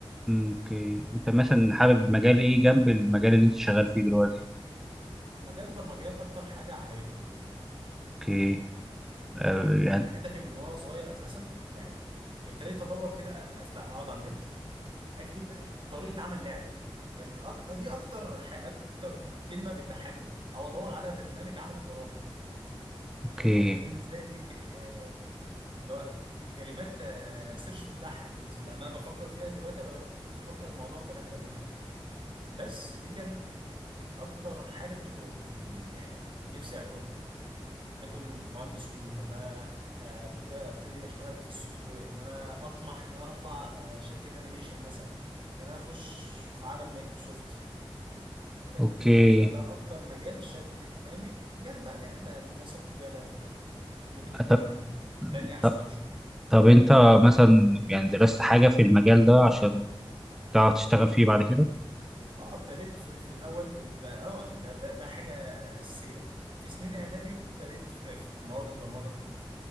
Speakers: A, in the centre; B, on the right (about 55°).
A: أمم، أوكي أنت مثلا حابب مجال إيه جنب المجال اللي أنت شغال فيه دلوقتي
B: مجال البرمجيات اكتر حاجه عجبتني
A: أوكي آه،
B: كان
A: يعني
B: هدفي من وانا صغير اساسا يعني ابتديت ادور كده افتح اقعد على النت اكتب أك- طريقه عمل لعبه كان أكتر دي اكتر ح... اكتر كلمه بتضحكني او ادور على برنامج عمل البرامج
A: أوكي
B: كانت ده, ده بالنسبه لي دي ك... ك... آه، اللي هو ك- كلمات آه، سيرش بتضحك بالنسبه لي. لما انا بفكر فيها دلوقتي بقول- كنت بفكر الموضوع كان اهبل جدا بس دي كان اكتر حاجه كنت ب- م- يعني نفسي اكونها أنا أكون مهندس كمبيوتر إن أنا آه، أبت- أبتدي أشتغل في السوفت وير إن أنا أطمح إن أنا أطلع آه، شركة أنيميشن مثلا إن أنا أخش في عالم مايكروسوفت كان
A: أوكي
B: ده ده أكتر مجال شادد اهتمامي جانب بقى يعني الهندسة الطبية اللي أنا فيها ممكن يكون
A: طب
B: تاني احسن
A: طب
B: اوبشن
A: طب أنت مثلا يعني درست حاجة في المجال ده عشان تعرف تشتغل فيه بعد كده؟
B: اه ابتديت في, في الاول ب- ب- اه ده, ده ده حاجه اساسيه في سنين اعدادي ابتديت في, في مواد البرمجه